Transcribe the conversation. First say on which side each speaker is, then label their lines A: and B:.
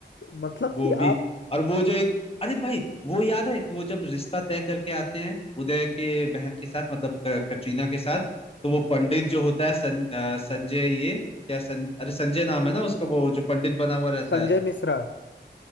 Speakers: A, on the left (about 90°); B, on the left (about 30°).
A: मतलब
B: वो
A: कि
B: भी
A: आप
B: और वो जो एक अरे भाई वो याद है कि वो जब रिश्ता तय करके आते हैं उदय के बहन के साथ मतलब क- कटरीना के साथ तो वो पंडित जो होता है सं, अ, संजय ये क्या सं, अरे संजय नाम है ना उसका वो जो पंडित बना हुआ रहता
A: संजय
B: है
A: मिश्रा